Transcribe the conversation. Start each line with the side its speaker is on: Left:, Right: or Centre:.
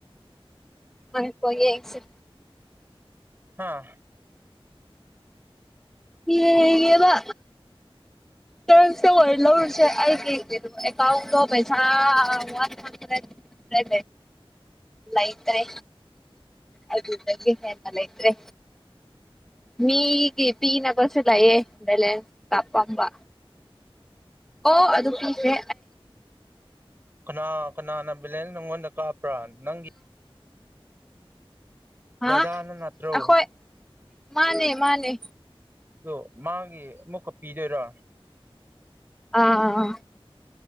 Centre: ꯑ ꯌꯥꯁ
Right: ꯍꯥꯥ
Centre: ꯍ ꯍꯒꯕ ꯀꯟꯁꯇ ꯑꯣꯏꯅ ꯂꯧꯔꯨꯁꯦ ꯑꯩꯒꯤ ꯀ ꯑꯦꯀꯥꯎꯟꯗꯣ ꯄꯩꯁꯥ ꯋꯥ ꯖꯒ ꯂ ꯂꯩꯇ꯭ꯔꯦ ꯑꯗꯨꯗꯤ ꯂꯩꯩꯇꯦ ꯃꯤꯒ ꯄꯤꯅ ꯁꯂꯌꯦꯦ ꯕꯂꯦꯟꯁ ꯀꯄꯝꯕ ꯑꯣ ꯑꯗꯨ ꯄꯤꯤꯁꯦ
Right: ꯀꯅꯥ ꯀꯅꯥꯅ ꯕꯦꯂꯦꯟꯁ ꯅꯪꯉꯣꯟꯗ ꯀꯥꯞꯄ꯭ꯔꯥ ꯅꯪꯒꯤ
Centre: ꯍꯥ
Right: ꯗꯗꯥꯅ ꯅꯠꯇ꯭ꯔꯣ
Centre: ꯑꯩꯈꯣꯏ ꯃꯥꯅꯦ ꯃꯥꯅꯦ
Right: ꯑꯣ ꯃꯥꯒꯤ ꯑꯃꯨꯛꯀ ꯄꯤꯗꯣꯏꯔꯥ
Centre: ꯑꯥ ꯑꯥ ꯑ